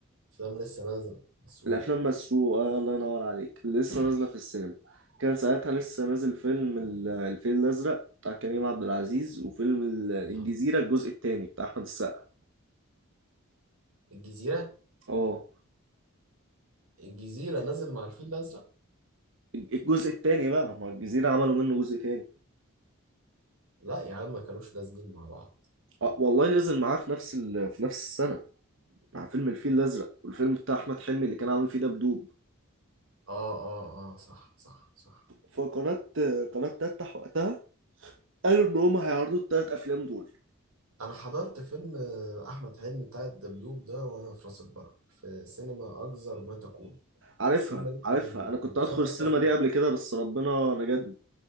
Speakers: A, on the right; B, on the right.
A: افلام لسه نازله مسروقه
B: الافلام مسروقه الله ينور عليك اللي لسه نازله في السينما كان ساعتها لسه نازل فيلم ال- الفيل الازرق بتاع كريم عبد العزيز وفيلم ال- الجزيره
A: اه
B: الجزء الثاني بتاع احمد السقا
A: الجزيره
B: اه
A: الجزيره نزل مع الفيل الازرق
B: الجزء الثاني بقى ما الجزيره عملوا منه جزء ثاني
A: لا يا عم ما كانوش نازلين مع بعض
B: آه والله نزل معاه في نفس ال... في نفس السنه مع فيلم الفيل الازرق والفيلم بتاع احمد حلمي اللي كان عامل فيه دبدوب
A: اه اه اه صح صح صح
B: فقناه قناه تفتح وقتها قالوا ان هم هيعرضوا الثلاث افلام دول
A: انا حضرت فيلم احمد حلمي بتاع الدبدوب ده وانا في راس البر في سينما اجزر ما تكون
B: عارفها
A: السينما دي
B: عارفها
A: كان ال-
B: انا كنت
A: الخمس
B: هدخل السينما
A: افلام
B: دي قبل كده بس ربنا نجدني